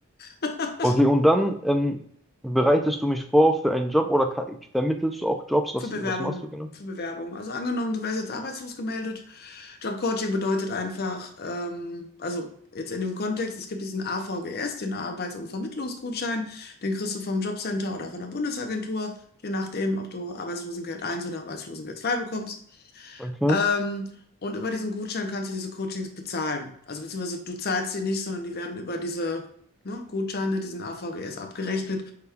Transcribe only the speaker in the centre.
Okay, und dann ähm, bereitest du mich vor für einen Job oder ka- vermittelst du auch Jobs? Was,
was machst du genau?
Okay.